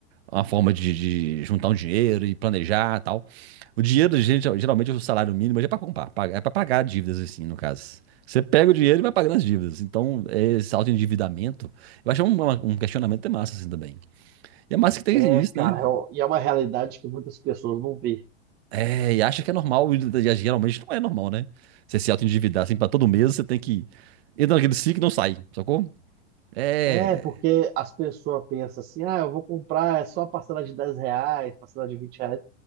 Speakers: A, on the right (about 55°); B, on the right (about 25°).
A: Uma forma de, de juntar um dinheiro e planejar e tal. O dinheiro, gente, geralmente, o salário mínimo hoje é pra comprar, pa- é pra pagar dívidas, assim, no caso. Você pega o dinheiro e vai pagando as dívidas. Então, é, esse autoendividamento, eu acho um, um questionamento até massa, assim, também. E é massa que tem
B: É,
A: isso,
B: cara,
A: né?
B: é o- e é uma realidade que muitas pessoas não vê.
A: É, e acha que é normal, e e geralmente não é normal, né? Você se auto-endividar assim pra todo mês, você tem que entra naquele ciclo e não sai, sacou? É,
B: É, porque as pessoas pensam assim, ah, eu vou comprar é só parcela de 10 reais, parcela de 20 reais.